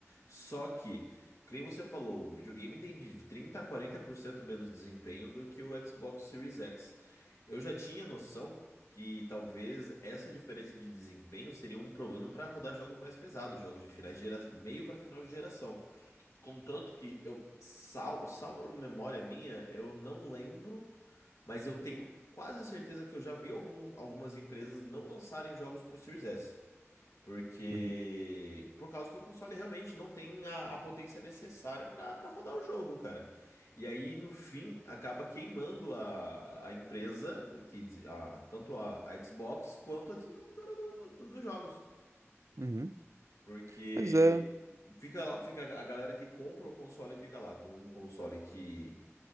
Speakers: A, on the left; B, on the right.
A: Só que, como você falou, o videogame tem de 30 a 40% menos desempenho do que o Xbox Series X. Eu já tinha noção que talvez essa diferença de desempenho seria um problema para rodar jogos mais pesados, jogos de finais de geração, meio para final de geração. Contanto que eu sal, salvo a memória minha, eu não lembro, mas eu tenho quase certeza que eu já vi algum, algumas empresas não lançarem jogos pro Series S. Porque.
B: Uhum.
A: Por causa que o console realmente não tem a, a potência necessária pra pra rodar o jogo, cara. E aí, no fim, acaba queimando a, a empresa, que, des- a, tanto a, a Xbox quanto a desenvolvedora do, do- dos jogos.
B: Uhum.
A: Porque
B: Mas é.
A: fica, lá- fica a galera que compra o console e fica lá com um console que